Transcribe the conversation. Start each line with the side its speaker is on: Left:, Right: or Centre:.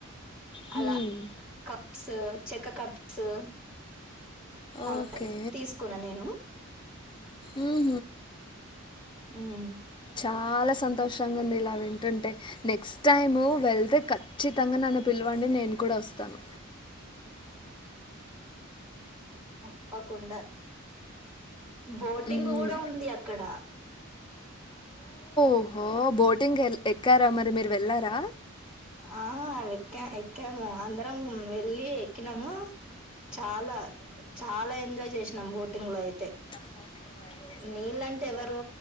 Left: హ్మ్.
Centre: అలా కప్స్ చెక్క కప్స్ అవయి
Left: ఓకే
Centre: తీసుకున నేను
Left: ఉమ్ <unintelligible>
Centre: ఉమ్
Left: చాలా సంతోషంగా ఉంది ఇలా వింటుంటే నెక్స్ట్ టైము వెళ్తే ఖచ్చితంగా నా నన్ పిల్లవండి నేను కూడా వస్తాను
Centre: ఓప్పకుండా బోటింగ్
Left: మ్మ్.
Centre: కూడా ఉంది అక్కడ
Left: ఓహో బోటింగ్ ఎల్ ఎక్కారా మరి మీరు వెళ్ళారా
Centre: ఆహ వెక్కా ఎక్కాము అందరం వెళ్ళి ఎక్కినము చాలా చాలా ఎంజాయ్ జేశ్ నమ్ బోటింగ్ లో అయితే
Left: బోటింగ్ ఇదో <unintelligible>
Centre: నీళ్ళంటే ఎవరు